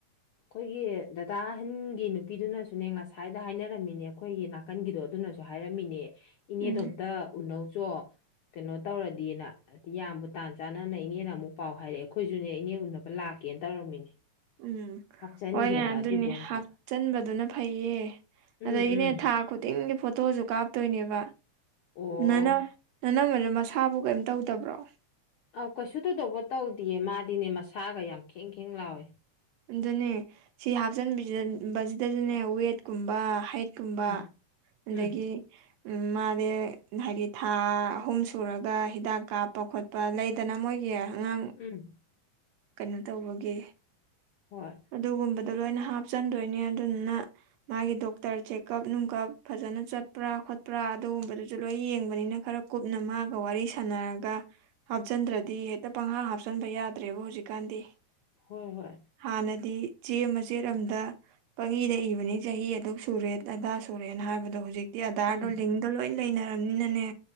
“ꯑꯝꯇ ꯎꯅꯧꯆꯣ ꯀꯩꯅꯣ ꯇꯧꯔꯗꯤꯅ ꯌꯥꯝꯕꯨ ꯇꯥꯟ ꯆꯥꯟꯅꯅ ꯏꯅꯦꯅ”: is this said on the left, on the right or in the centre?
Left